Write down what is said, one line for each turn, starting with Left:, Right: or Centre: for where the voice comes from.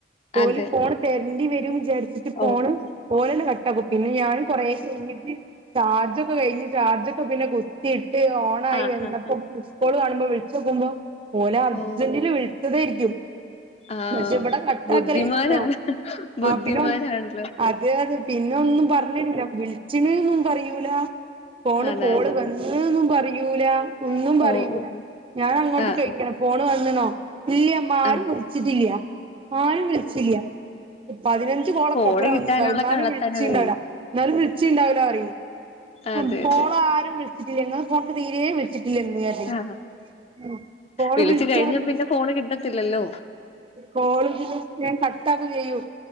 Right: ഓല്
Left: അതെ
Right: ഫോണ് തെരണ്ടി വരും വിചാരിച്ചിട്ട് ഫോണ്
Left: ഓഹ് ഓഹ്
Right: ഓളെന്നെ കട്ടാക്കും പിന്നെ ഞാനും കുറേ കഴിഞ്ഞിട്ട് ചാർജൊക്കെ കഴിഞ്ഞ് ചാർജൊക്കെ പിന്നെ കുത്തിയിട്ട് ഓണായി
Left: ആഹ്
Right: വന്നപ്പോ
Left: ആഹ് ആഹ്
Right: ള് കാണുമ്പോ വിളിച്ചോക്കുമ്പോ ഓല് അർജൻ്റില്
Left: ഓഹ്
Right: വിളിച്ചതായിരിക്കും.
Left: ആഹ്
Right: പക്ഷെ ഇവിടെ കട്ടാക്കലഴിഞ്ഞിണ്ടാവും
Left: ബുദ്ധിമാനാണ്
Right: ആ
Left: ബുദ്ധിമാനാണല്ലോ
Right: പിന്നെ അതെ അതെ പിന്നൊന്നും പറഞ്ഞരൂല വിളിച്ച്ണ് ന്ന് പറയൂല ഫോണ്
Left: ആണാണാണ്
Right: കോള് വന്ന് അ്ന്ന് പറയൂല ഒന്നും പറയൂല.
Left: ഓ ഓ ഓ.
Right: ഞാനങ്ങോട്ട്
Left: ആഹ് ആഹ്
Right: ഫോണ് വന്ന്ണോ ഇല്ല്യമ്മാ ആരും
Left: ആഹ്
Right: വിളിച്ചിട്ടില്ല ആരും വിളിച്ചില്ല. പതിനഞ്ച് കോളക്കൊപ്പരം
Left: ഫോണ് കിട്ടാനുള്ള
Right: വന്നിണ്ടാവും ഇന്നാലും
Left: കള്ളത്തനവേ
Right: വിളിച്ചിണ്ടാവൂല ഇന്നാലും വി ച്ചിണ്ടാവൂല്ലാറിയും അഹ്
Left: അതെ
Right: കോളാരും
Left: അതെ
Right: വിളിച്ചിട്ടില്ല ഇങ്ങള ഫോണ്ക്ക് തീരേ വിളിച്ചിട്ടില്ലന്ന് പറയും
Left: ആഹ്
Right: ഉം കോള്
Left: വിളിച്ച്
Right: വിളിച്ചാല്
Left: കഴിഞ്ഞാ പിന്നെ ഫോണ് കിട്ടത്തില്ലല്ലോ.
Right: കോളേജിൽ മേം കട്ടാക്കു ചെയ്യും.